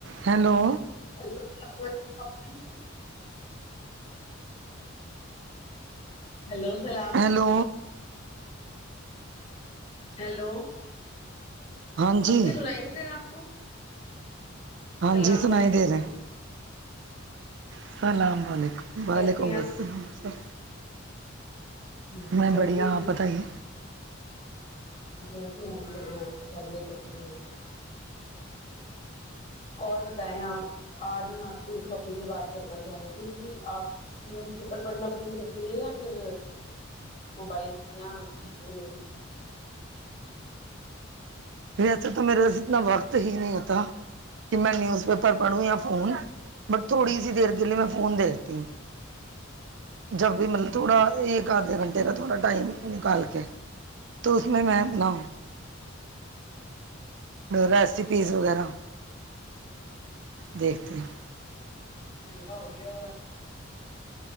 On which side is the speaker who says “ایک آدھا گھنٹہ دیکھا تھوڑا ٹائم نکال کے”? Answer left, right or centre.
Right